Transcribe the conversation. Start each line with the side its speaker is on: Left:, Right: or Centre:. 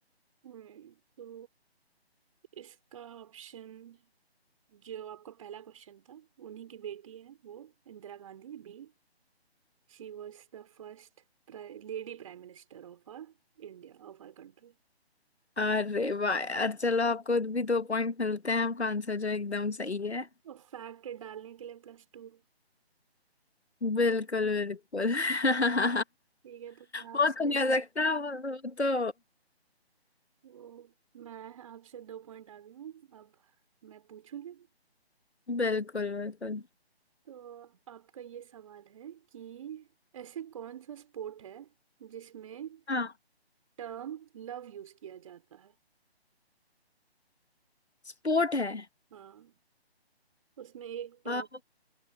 Right: हम्म तो इसका ऑप्शन जो आपका पहला क्वेश्चन था उन्हीं की बेटी है वो Indira Gandhi B She was the first lady prime minister of our India of our country
Left: अरे वाह यार चलो आपको भी दो पॉइंट मिलते हैं आपका आंसर जो एकदम सही है
Right: और फैक्ट डालने के लिए प्लस टू
Left: बिल्कुल बिल्कुल <laughs>
Right: ठीक है तो मैं आपसे
Left: वो तो नहीं हो सकता वो वो तो
Right: वो मैं आपसे दो पॉइंट आ गई हूँ अब मैं पूछूंगी
Left: बिल्कुल बिल्कुल
Right: तो आपका ये सवाल है कि ऐसे कौन सा स्पोर्ट है जिसमें
Left: हाँ
Right: टर्म लव यूज किया जाता है
Left: स्पोर्ट है
Right: हाँ उसमें एक टर्म
Left: आ,